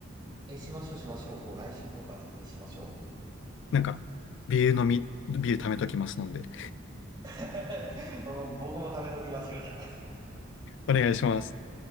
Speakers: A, on the right; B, on the left.
A: え、しましょう、しましょう。もう来週とか全然しましょ
B: なんか、ビール飲み、ビール貯めときますので、
A: う。<laughs> う僕も食べときますよ、じゃあ。
B: お願いします。